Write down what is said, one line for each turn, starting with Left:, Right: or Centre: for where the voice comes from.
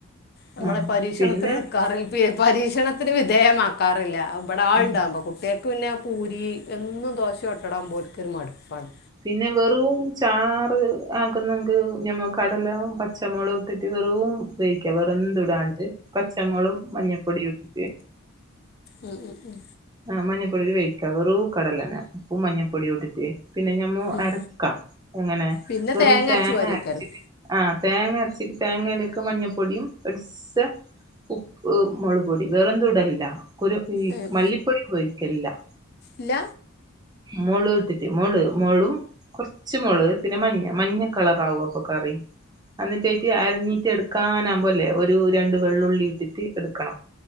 Left: നമ്മളെ
Right: ആ
Left: പരീഷണത്ത്ന്
Right: പിന്നെ
Left: കറീപ്പെ പരീഷണത്തിന് വിധേയമാക്കാറില്ല അത് ബടെ ആള്ണ്ടാവുമ്പം
Right: ഉം,
Left: കു കുട്ട്യേക്ക് പിന്നെ പൂരി എന്നും ദോശെം ഓട്ടെടാവുമ്പം ഓൽക്കൊര് മട്പ്പാണ്
Right: പിന്നെ വെറും ചാറ് ആകുന്നെങ്ക് ഞമ്മ കടലവും പച്ചമൊളകും തെറ്റ് തെറും പയോഗിക്ക വെറെന്തുടാണ്ട് പച്ചമൊളും മഞ്ഞപ്പൊടിയും ഇട്ട്ട്ട്
Left: ഉം ഉം ഉം
Right: ആഹ് മഞ്ഞപ്പൊടിട്ട് വേവിക്കാ വെറൂ കടലനെ ഉപ്പും മഞ്ഞപ്പൊടിയൂട്ട്ട്ട് പിന്നെ ഞ മ്മൊ
Left: ഉം
Right: അരെക്കാ എങ്ങെനെ
Left: പിന്നെ
Right: വെറൂ തേങ്ങ
Left: അരച്ച് പാരേക്കാരം
Right: അരെച്ചിട്ട് ആഹ് തേങ്ങ അരച്ചിട്ട് തേങ്ങേലേക്ക് മഞ്ഞപ്പൊടിയും ഒര്സ് ഉപ്പ് മാെള് പൊടി വേറെന്തും ഇടൽല്ലാ ഒരു ഈ
Left: ഏഹ്
Right: മല്ലിപ്പൊടി ഉപയോഗിക്കല്ലാ
Left: ഇല്ല
Right: മൊളുഇട്ടിട്ട് മാെള് മാെളു കാെർച്ച് മൊളക് പിന്നെ മഞ്ഞ മഞ്ഞ കളറാവു അപ്പൊ കറി എന്നിട്ടായിട്ട് അരഞ്ഞീട്ട് എട്ക്കാനാവ്മ്പല്ലേ ഒരു രണ്ട് വെള്ളുള്ളി ഇട്ടിട്ട് എട്ക്കണം